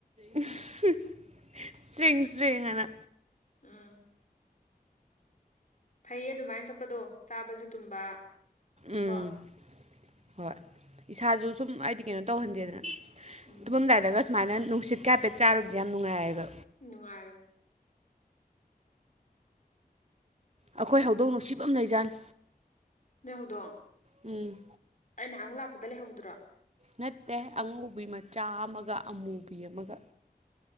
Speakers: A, on the right; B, on the left.
A: ꯎꯍꯨꯝ ꯆ꯭ꯔꯤꯡ ꯆ꯭ꯔꯤꯡ ꯑꯅ
B: ꯎꯝ ꯐꯩꯌꯦ ꯑꯗꯨꯃꯥꯏꯅ ꯆꯠꯄꯗꯣ ꯆꯥꯕꯁꯨ ꯇꯨꯝꯕ
A: ꯎꯝ
B: ꯀꯣ
A: ꯍꯣꯏ ꯏꯁꯥꯖꯨ ꯁꯨꯝ ꯍꯥꯏꯗꯤ ꯀꯩꯅꯣ ꯇꯧꯍꯟꯗꯦꯗꯅ
B: ꯎꯝ
A: ꯇꯨꯝꯃꯝꯗꯥꯏꯗꯒ ꯁꯨꯃꯥꯏꯅ ꯅꯨꯡꯁꯤꯠꯀ ꯍꯥꯏꯐꯦꯠ ꯆꯥꯔꯨꯕꯁꯦ ꯌꯥꯝ ꯅꯨꯡꯉꯥꯏꯑꯌꯦꯕ
B: ꯅꯨꯡꯉꯥꯏꯕꯅꯦ
A: ꯑꯩꯈꯣꯏ ꯍꯧꯗꯣꯡ ꯅꯨꯡꯁꯤꯕ ꯑꯃ ꯂꯩꯖꯥꯅꯦ
B: ꯅꯣꯏ ꯍꯧꯗꯣꯡ
A: ꯎꯝ
B: ꯑꯩ ꯅꯍꯥꯟꯃꯨꯛ ꯂꯥꯛꯄꯗ ꯂꯩꯍꯧꯕꯗꯨꯔꯣ
A: ꯅꯠꯇꯦ ꯑꯉꯧꯕꯤ ꯃꯆꯥ ꯑꯃꯒ ꯑꯃꯨꯕꯤ ꯑꯃꯒ